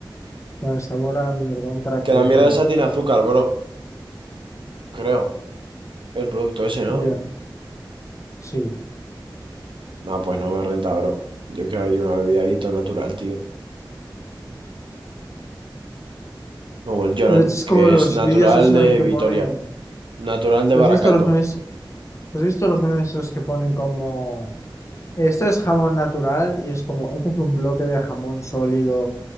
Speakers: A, on the left (about 35°); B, on the right (about 85°).
A: Con el sabor a mierdón característico.
B: Que la mierda esa tiene azúcar, bro, creo. El producto ese, ¿no?
A: Ya, sí.
B: No, pues no me renta, bro. Yo quiero ahí una bebida ahí todo natural, tío. Como el Jonan,
A: Pero este es como
B: que
A: los
B: es natural
A: vídeos esos
B: de
A: en el que
B: Vitoria,
A: ponen,
B: natural de
A: ¿has
B: Baracaldo.
A: visto los memes? ¿Has visto los memes esos que ponen como, esto es jamón natural y es como, esto es un bloque de jamón sólido